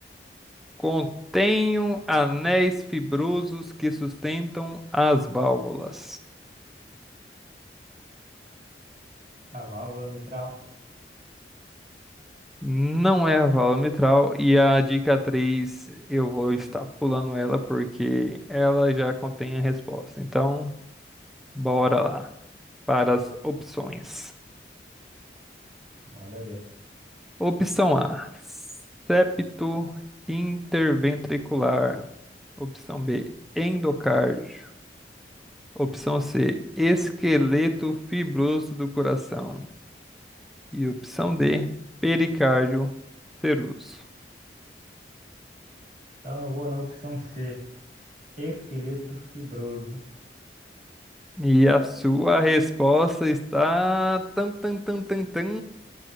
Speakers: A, in the centre; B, on the right.
A: Contenho anéis fibrosos que sustentam as válvulas.
B: A válvula mitral,
A: Não é a válvula mitral. E a dica 3 eu vou estar pulando ela porque ela já contém a resposta. Então, bora lá. para as opções.
B: manda ver.
A: Opção A, septo interventricular. Opção B, endocárdio. Opção C, esqueleto fibroso do coração. E opção D, pericárdio seroso.
B: Então eu vou na opção C. Esqueleto fibroso.
A: E a sua resposta está tan tan tan tan tan